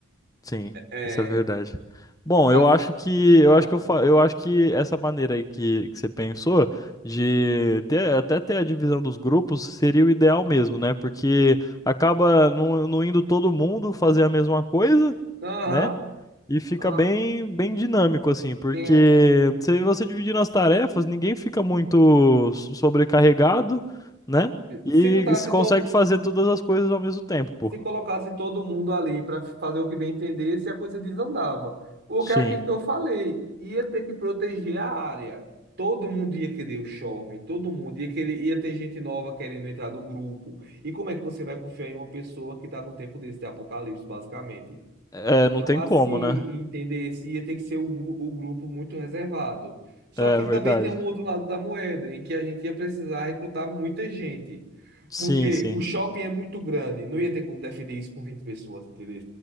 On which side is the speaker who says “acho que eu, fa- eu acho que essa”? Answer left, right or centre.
Left